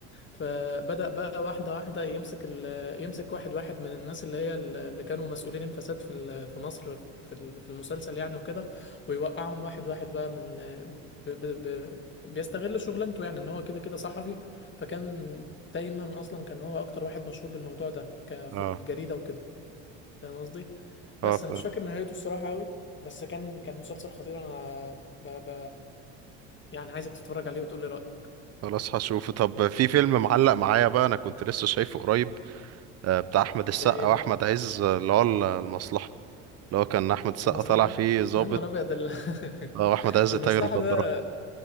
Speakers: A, on the left (about 35°); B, on the right (about 45°).
A: فبدأ بقى واحدة واحدة يمسك ال... يمسك واحد واحد من الناس اللي هي ال- اللي كانوا مسؤولين الفساد في ال... في مصر في ال... في المسلسل يعني وكده ويوقعهم واحد واحد بقى من ب... ب... ب... بيستغل شغلانته يعني ان هو كده كده صحفي فكان دايما اصلا كان هو اكتر واحد مشهور بالموضوع ده ك... في
B: اه
A: الجريدة وكده فاهم قصدي بس
B: اه
A: انا مش فاكر نهايته الصراحة قوي بس كان كان مسلسل خطير انا ب... ب... يعني عايزك تتفرج عليه وتقولي رأيك
B: خلاص هشوفه طب في فيلم معلق معايا بقى انا كنت لسه شايفه قريب آه، بتاع احمد السقا
A: ده ايه ده
B: واحمد عز آه، اللي هو ال- المصلحة اللي هو كان احمد السقا
A: المصلحة
B: طالع فيه ضابط
A: يا نهار أبيض ال-
B: آه، واحمد
A: <laughs>
B: عز
A: المصلحة
B: تاجر مخدرات
A: ده